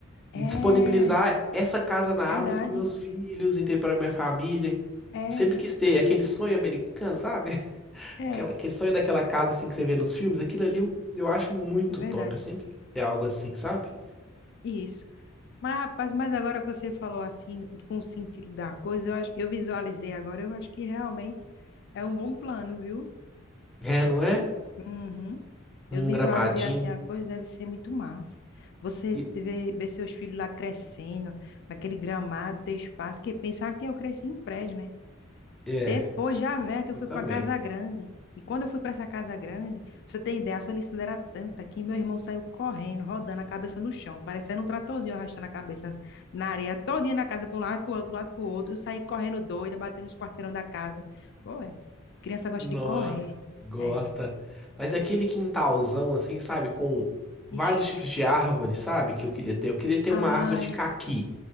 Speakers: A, on the left; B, in the centre.
A: É,
B: E disponibilizar essa casa na árvore
A: verdade.
B: para meus filhos, entendeu? Para minha família.
A: É,
B: Eu sempre quis ter aquele sonho americano, sabe? <laughs>
A: é,
B: Aquela, aquele sonho daquela casa, assim, que você vê nos filmes. Aquilo ali eu, eu acho muito
A: é verdade.
B: top. Eu sempre quis ter algo assim, sabe?
A: Isso. Mas, rapaz, mas agora que você falou assim, com o sentido da coisa, eu acho, eu visualizei agora, eu acho que realmente é um bom plano, viu?
B: É, não é?
A: Uhum.
B: Um
A: Eu visualizei
B: gramadinho.
A: assim a coisa, deve ser muito massa. Você
B: E,
A: te vê, vê seus filhos lá crescendo, naquele gramado, ter espaço, que pensar que eu cresci em prédio, né?
B: é,
A: Depois já velha que eu
B: eu
A: fui
B: também.
A: para uma casa grande. E quando eu fui para essa casa grande, pra você tem ideia, a felicidade era tanta que meu irmão saiu correndo, rodando a cabeça no chão, parecendo um tratorzinho arrastando a cabeça na areia, todinha na casa, para um lado, para outro, para lado, para outro. Eu saí correndo doida, batendo os quarteirão da casa. Pô, é. Criança gosta
B: Nossa,
A: de correr.
B: gosta.
A: É.
B: Mas aquele quintalzão assim, sabe, com vários
A: Ixi.
B: tipos de árvores, sabe, que eu queria ter. Eu queria ter
A: Ai,
B: uma árvore de caqui,